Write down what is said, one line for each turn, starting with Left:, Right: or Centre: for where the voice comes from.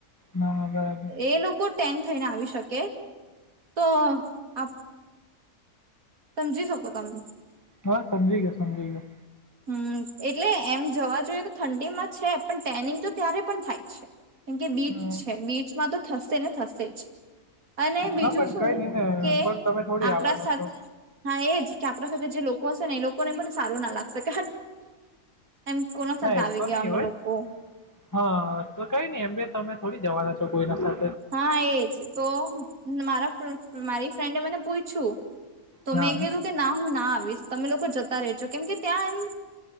Left: નહા, બરાબર
Right: એ લોકો ટેન થઈને આવી શકે તો આપ સમજી શકો તમે
Left: હા સમજી ગયા, સમજી ગયો.
Right: હુ, એટલે એમ જવા જોઈએ તો ઠંડીમાં છે, પણ ટેનિંગ તો ત્યારે પણ થાય છે. કેમ કે બીચ
Left: હા,
Right: છે, બીચમાં તો થશે ને થશે જ અને બીજુ,
Left: હા, પણ
Right: શું
Left: કંઈ નહીં ને
Right: કે
Left: પણ તમે થોડી
Right: આપણા
Left: આવવાના
Right: સાથે
Left: છો.
Right: હા, એજ કે આપણા સાથે જે લોકો હશે, ને એ લોકોને પણ સારુ ના લાગશે કે એમ કોના સાથે
Left: ના એવુ
Right: આવી
Left: તો
Right: ગયા
Left: નઈ
Right: અમે
Left: હોય,
Right: લોકો
Left: હા તો કંઈ નઈ એમ તમે થોડી જવાના છો, કોઈ ના
Right: હા, એજ તો મારા મારી ફ્રેન્ડે મને પૂછ્યું. તો
Left: ને. હા,
Right: મેં કીધું કે, ના, હું ના આવીશ. તમે લોકો જતા રેજો, કેમ કે ત્યાં એમ